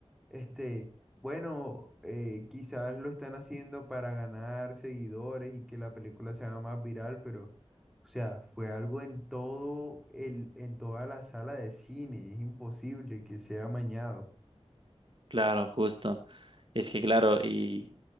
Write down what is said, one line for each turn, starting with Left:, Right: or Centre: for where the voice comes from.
Centre: este, bueno, eh, quizás lo están haciendo para ganar seguidores y que la película se haga más viral, pero, o sea, fue algo en todo el, en toda la sala de cine. Es imposible que sea amañado.
Right: Claro, justo. Es que, claro, y.